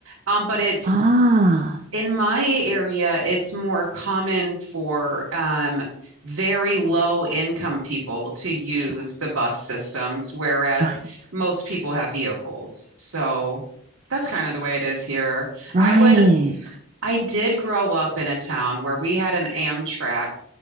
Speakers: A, on the right (about 65°); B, on the right (about 35°).
A: um, but it's
B: ah,
A: in my area, it's more common for um, very low income people to use
B: sure.
A: the bus systems, whereas
B: Right,
A: most people have vehicles. So that's kind of the way it is here.
B: right.
A: I would, I did grow up in a town where we had an Amtrak